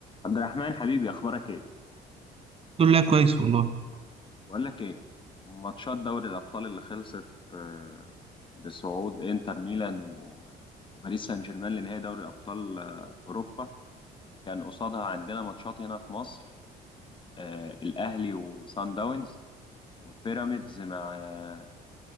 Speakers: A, on the left (about 30°); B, on the right (about 35°).
A: عبد الرحمن حبيبي اخبارك ايه
B: الحمد لله كويس والله
A: بقول لك ايه ماتشات دوري الابطال اللي خلصت آه، بصعود انتر ميلان و- وباريس سان جيرمان لنهائي دوري الابطال آه، اوروبا كان قصادها عندنا ماتشات هنا في مصر آه، الاهلي وسان داونز وبيراميدز مع آه،